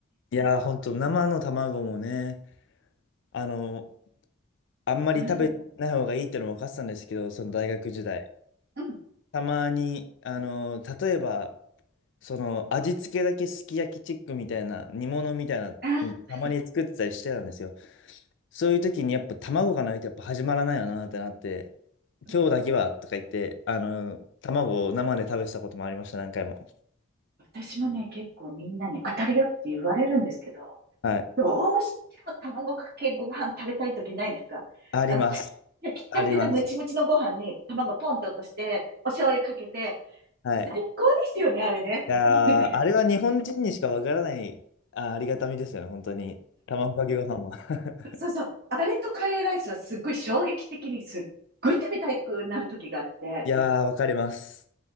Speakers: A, on the left; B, on the right.
A: いやー、ほんと、生の卵もね、あの、あんまり食べない方がいいってのも分かってたんですけど、
B: うん。
A: その大学時代。
B: うんうん。
A: たまに、あの、例えば、その、味付けだけすき焼きチックみたいな、煮物みたいな、
B: あー、
A: うんたまに作ってたりしてたんですよ。
B: はい。
A: そういう時にやっぱ卵がないとやっぱ始まらないよなってなって、
B: うん
A: 今日だけはとか言って、あの、卵を生で食べてたこともありました、何回も。
B: 私もね、結構みんなに当たるよって言われるんですけど、
A: はい。
B: どうしても卵かけご飯食べたい時ないですかあの、
A: あります。
B: 炊き炊きたてのムチムチのご飯に卵ポンと落として、
A: あります。
B: お醤油かけて、
A: はい。
B: 最高ですよね、あれね。
A: いやーあれは日本人にしかわからない、
B: ほんとね、
A: あー、ありがたみですよね、本当に。卵かけご飯は。<laughs>
B: そうそう。あれとカレーライスはすっごい衝撃的にすっごい食べたくなる時があって。
A: いやー、わかります。